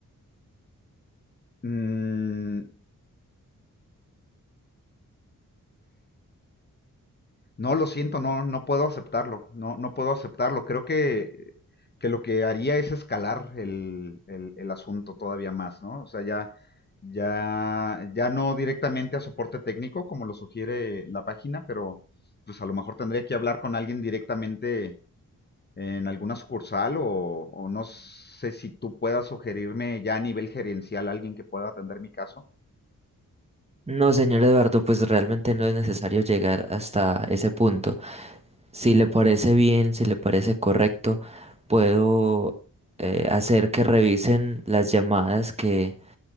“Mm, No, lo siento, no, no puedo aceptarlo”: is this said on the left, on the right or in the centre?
Left